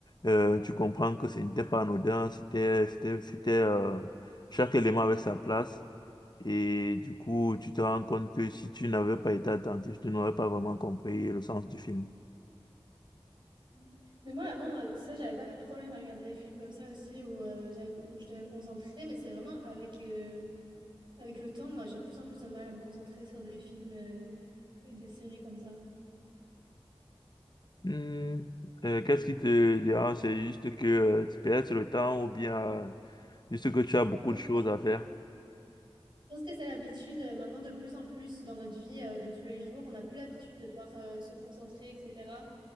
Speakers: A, on the left (about 45°); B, on the right (about 50°).
A: euh, tu comprends que ce n'était pas anodin, c'était, c'était, c'était, euh, chaque élément avait sa place. Et du coup, tu te rends compte que si tu n'avais pas été attentif, tu n'aurais pas vraiment compris le sens du film.
B: Mm. Mais moi, avant, euh, tu sais, j'avais pas de problème à regarder des films comme ça aussi où, euh, j'avais- où je devais me concentrer, mais c'est vraiment avec, euh, avec le temps, j'ai de plus en plus de mal à me concentrer sur des films, euh, et des séries comme ça.
A: Hmm, euh, qu'est-ce qui te dérange? C'est juste que euh, tu perds le temps ou bien euh, juste que tu as beaucoup
B: Je
A: de
B: pense,
A: choses à faire.
B: je pense que c'est l'habitude euh, maintenant de plus en plus dans notre vie, euh, de tous les jours. On n'a plus l'habitude de devoir, euh, se concentrer, etc.